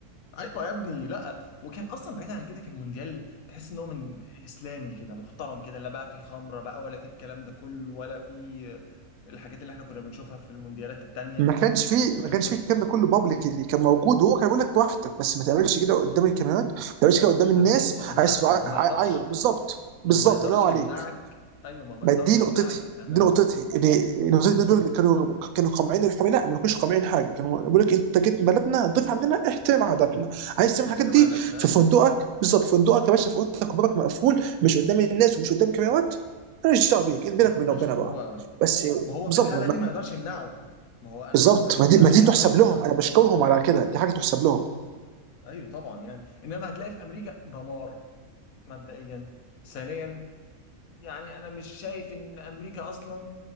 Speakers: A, on the left; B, on the right.
A: ايوه يا ابني لا وكان اصلا بعيد عن كده كان مونديال تحس ان هو من اسلامي كده محترم كده لا بقى فيه خمره بقى ولا فيه الكلام ده كله ولا فيه الحاجات اللي احنا كنا بنشوفها في المونديالات التانية
B: ما كانش فيه ما
A: الكلام
B: كانش
A: ده مش
B: فيه الكلام ده كله بابليك اللي كان موجود هو كان بيقول لك براحتك بس ما تعملش كده قدام الكاميرات ما تعملش كده قدام الناس
A: يا ابني ما هو انت
B: عايز ع-
A: ما هو ما
B: ع-
A: يقدرش
B: ايوه بالظبط
A: ما
B: بالظبط
A: هو ما يقدرش
B: الله ينور عليك
A: يمنعك ايوه ما هو ما
B: ما
A: يقدرش
B: دي نقطتي
A: يمنعك تماما
B: دي نقطتي ان إن نقطتي
A: بالظبط
B: الناس بيقولوا- كانوا كانوا قامعين الحريه لا ما كانوش قامعين حاجه كانوا بيقول لك انت جيت بلدنا ضيف عندنا احترم عاداتنا عايز تعمل
A: احترم
B: الحاجات دي
A: عاداتنا
B: في
A: ايوه
B: فندقك بالظبط في فندقك يا باشا في اوضتك وبابك مقفول مش قدام الناس ومش قدام كاميرات ماليش دعوه بيك
A: بالظبط
B: انت بينك وبين
A: ماشي
B: ربنا بقى
A: ما هو
B: بس
A: ما هو
B: بالظبط
A: في الحاله دي ما يقدرش يمنعه ما هو انا
B: بالظبط
A: بيني وبينك
B: ما
A: في
B: دي
A: الحاله
B: ما دي
A: دي
B: تحسب
A: ما اقدرش امنعه
B: لهم انا بشكرهم على كده دي حاجه تحسب لهم
A: ايوه طبعا يعني انما هتلاقي في امريكا دمار مبدئيا ثانيا يعني انا مش شايف ان امريكا اصلا